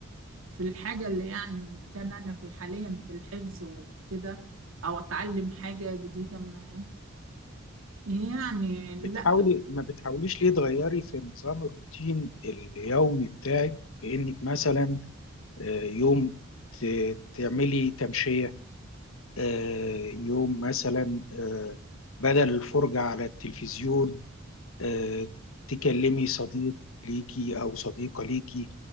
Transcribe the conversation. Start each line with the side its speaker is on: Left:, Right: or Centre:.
Right: في الحاجة اللي يعني إن كان انا في حاليا في الحفظ وكده او اتعلم حاجة جديدة ما يعني لا
Left: بتحاولي ما بتحاوليش ليه تغيري في نظام الروتين اليومي بتاعك بانك مثلا آه، يوم ت- تعملي تمشيه آه، يوم مثلا آه، بدل الفرجه على التلفزيون آه، تكلمي صديق ليكي أو صديقة ليكي